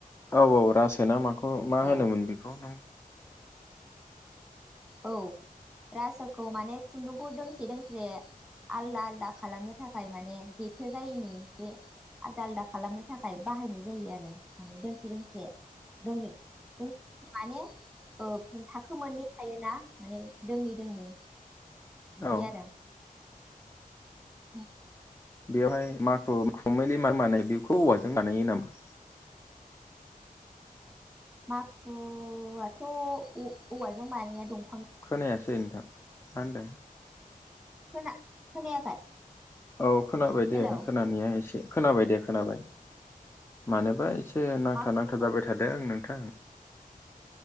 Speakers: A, on the left; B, in the centre.
A: औ औ रासो ना मा खौ मा
B: अ
A: होनोमोन बेखौ नों
B: औ रासोखौ माने खुन्दुंखौ दोंसे दोंसे आलदा आलदा खालामनो थाखाय माने जेथो जायैनि बे आलदा आलदा खालामनो थाखाय बाहायनाय जायो आरो माने दोंसे दोंसे दोंनै <unintelligible> माने ओ खुन्थाखो मोननै थायोना माने दोंनै दोंनै बिदि
A: औ
B: आरो <inaudible>
A: बेवहाय <unintelligible> बेखौ औवाजों बानायो नामा
B: माखुआथ औव-औवाजों बानाया दं
A: खोनायासै नोंथां मा होनदो
B: खोना खोनायाखै
A: औ खोनाबाय दे
B: हेलौ
A: खोनानाया एसे खोनाबाय दे खोनाबाय मानोबा एसे नांथा
B: मा खुखो
A: नांथा जाबाय थादों नों थां